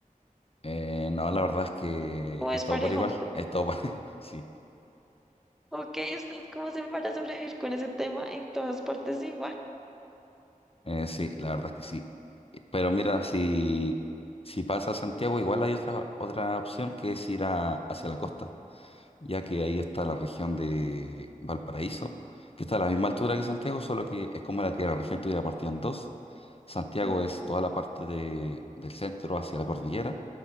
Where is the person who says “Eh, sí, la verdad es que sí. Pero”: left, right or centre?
Left